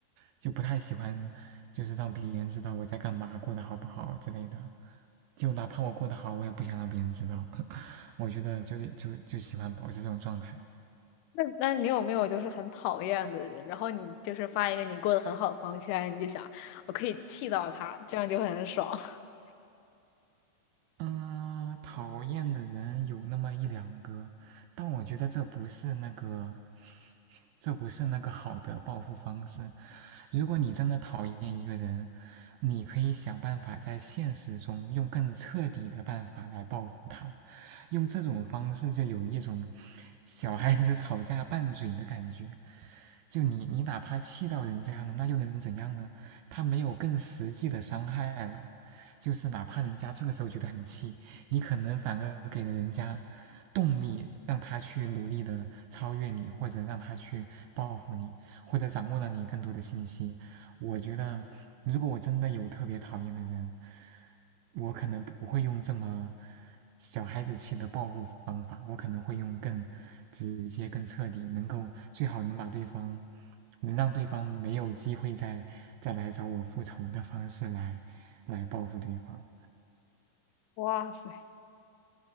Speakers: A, on the right (about 75°); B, on the left (about 85°).
A: 就不太喜欢就是让别人知道我在干嘛，过得好不好之类的。就哪怕我过得好，我也不想让别人知道。<laughs> 我觉得就就就喜欢保持这种状态。
B: 那那你有没有就是很讨厌的人，然后你就是发一个你过得很好的朋友圈，你就想我可以气到他，这样就很爽。<laughs>
A: 嗯，讨厌的人有那么一两个，但我觉得这不是那个，这不是那个好的报复方式。如果你真的讨厌一个人，你可以想办法在现实中用更彻底的办法来报复他，用这种方式就有一种小孩子吵架拌嘴的感觉。就你你哪怕气到人家了，那又能怎样呢？他没有更实际的伤害了，就是哪怕人家这个时候觉得很气，你可能反而给了人家动力，让他去努力的超越你，或者让他去报复你，或者掌握了你更多的信息。我觉得，如果我真的有特别讨厌的人，我可能不会用这么小孩子气的报复方法，我可能会用更直接、更彻底，能够最好能把对方，能让对方没有机会再再来找我复仇的方式来来报复对方。
B: 哇塞！